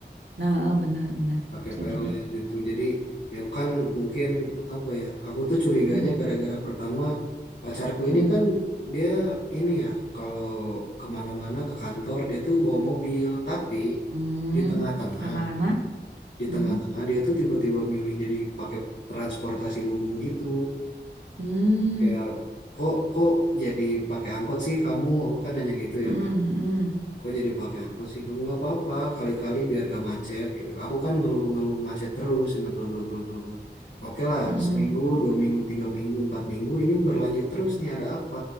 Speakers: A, on the right (about 85°); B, on the left (about 75°).
A: Nah, eh, benar benar
B: pakai
A: bisa
B: pelet
A: jadi.
B: gitu. Jadi ya kan mungkin apa ya? Aku tuh curiganya
A: Mm-mm,
B: gara-gara pertama pacarku ini
A: mm-mm,
B: kan dia ini ya kalau kemana-mana ke kantor dia tuh bawa mobil, tapi
A: mm.
B: di tengah-tengah
A: Lama-lama.
B: di
A: Mm.
B: tengah-tengah dia tuh tiba-tiba milih jadi pakai transportasi umum gitu
A: Mm.
B: kayak kok kok jadi pakai angkot sih kamu aku kan nanya gitu
A: Mm-mm,
B: ya kak
A: mm-mm,
B: kok jadi pakai angkot sih kamu nggak apa-apa kali-kali biar gak macet aku kan ngeluh-ngeluh macet terus dan bla bla bla bla bla oke lah
A: mm-mm,
B: seminggu dua minggu tiga minggu empat minggu ini berlanjut terus nih ada apa